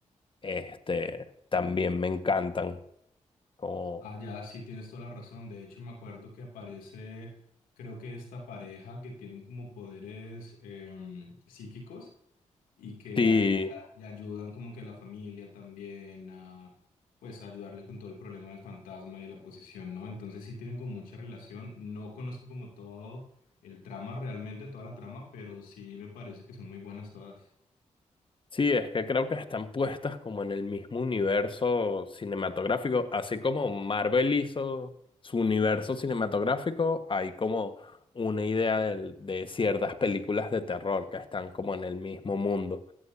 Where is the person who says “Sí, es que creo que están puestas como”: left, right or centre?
Left